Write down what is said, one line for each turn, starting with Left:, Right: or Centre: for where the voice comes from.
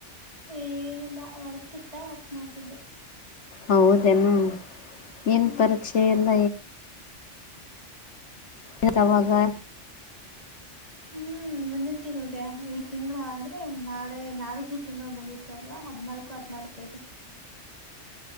Right: ಏನಿಲ್ಲ ವರ್ಕ್ ಇತ್ತ ವರ್ಕ್ ಮಾಡ್ತಿದ್ದೆ
Left: ಹೌದೇನಾ
Right: ಹ್ಮ್
Left: ಏನು ಪರೀಕ್ಷೆ ಇಲ್ಲ
Right: ಹ <unintelligible>
Left: ಇ ತಾವಾಗ
Right: ಹ್ಮ್ ಮುಂದಿನ ತಿಂಳಿದೆ ಈ ತಿಂಗಳ ಅಂದ್ರೆ ನಾಳೆ ನಾಳಗ ಈ ತಿಂಳ ಮುಗಿಯತೆ ಅಲ್ವಾ ಅ ಹದ್ಿ <unintelligible> ನಾಲ್ಕು ಹದ್ಿನಾರಕೈದೆ